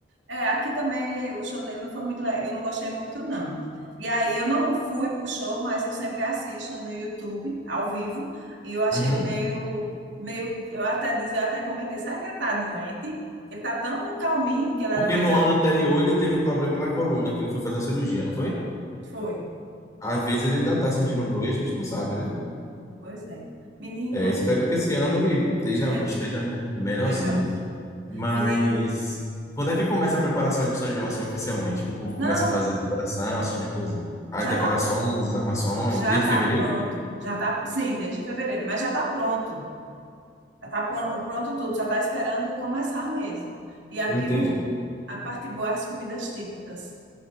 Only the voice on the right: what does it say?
É, aqui também o show dele não foi muito, le- eu não gostei muito, não. E aí eu não fui pro show, mas eu sempre assisto no YouTube, ao vivo, e eu achei
ele meio, meio, eu até diz, eu até comentei, será que ele tá doente? Ele tá tão calminho que ele era
mais,
a-
foi,
pois é. Menino
aqui,
mel-
melhor.
Menino,
não,
já
tá,
já
tá
pronto, já tá, sim, desde fevereiro, mas já tá pronto. está pronto tudo, só está esperando começar mesmo. E aqui
o, a parte boa é as comidas típicas.